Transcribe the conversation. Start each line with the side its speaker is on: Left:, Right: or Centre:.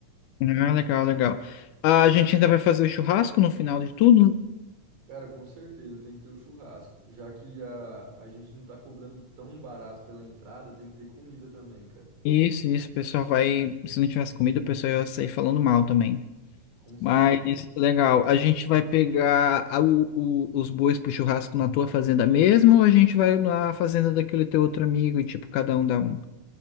Left: Ah, legal, legal. A gente ainda vai fazer o churrasco no final de tudo?
Right: Cara, com certeza tem que ter o churrasco, já que a, a gente não tá cobrando tão barato pela entrada, tem que ter comida também, cara.
Left: Isso, isso. O pessoal vai. Se não tivesse comida, o pessoal ia sair falando mal também.
Right: Com certeza.
Left: Mas legal, a gente vai pegar a- o- o- os bois pro churrasco na tua fazenda mesmo ou a gente vai na fazenda daquele teu outro amigo e tipo cada um dá um?